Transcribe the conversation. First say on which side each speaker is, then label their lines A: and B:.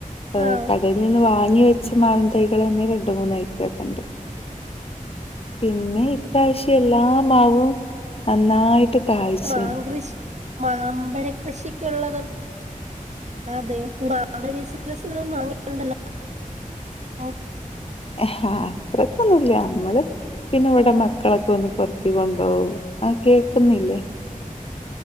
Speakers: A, on the left; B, on the right.
A: ഏ
B: ആഹ്
A: ക ടേന്ന് വാങ്ങി വെച്ച മാവിൻ തൈകളെന്നെ രണ്ട് മൂന്നായിറ്റൊക്കെണ്ട്. പിന്നെ പ്രാവശ്യം എല്ലാമാവും നന്നായിട്ട് കായ്ച്ച്ണ്.
B: മാംകൃഷി മാമ്പഴ കൃഷിക്ക്ള്ളത് അതെയോ ബിസിനസ്‌ന്ള്ള മാങ്ങയൊക്കെണ്ടല്ലോ ഓ
A: ഹാ അത്രക്കൊന്നുല്ല നമ്മള് പിന്നെ ഇവിടെ
B: ഹലോ
A: മക്കളൊക്കെ ഒന്ന് പൊറ് ക്കി കൊണ്ടോവും ആഹ് കേൾക്കുന്നില്ലേ?